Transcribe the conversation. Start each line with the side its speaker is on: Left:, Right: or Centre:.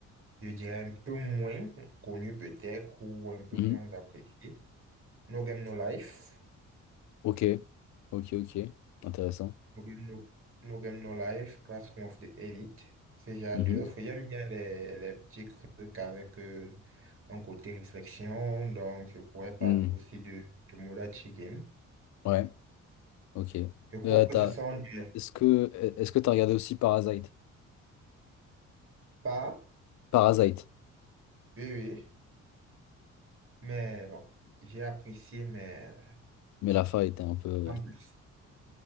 Right: je dirais un peu moins connus peut-être ou un peu
Left: Mhm.
Right: moins appréciés. No Game No Life,
Left: Ok, ok, ok. Intéressant.
Right: No Game No, No Game No Life, Classroom of the Elite, ce genre
Left: Mhm.
Right: d'œuvre. J'aime bien les, les petits trucs avec euh, un côté réflexion, donc je pourrais parler
Left: Hmm.
Right: aussi de Tomodachi Game.
Left: Ouais, ok.
Right: Je trouve
Left: Euh,
Right: que
Left: t'as-
Right: ce sont des
Left: Est-ce que est-ce que t'as regardé aussi Parasite?
Right: pas,
Left: Parasite.
Right: oui, oui, mais bon, j'ai apprécié, mais
Left: Mais la fin était un peu.
Right: sans plus.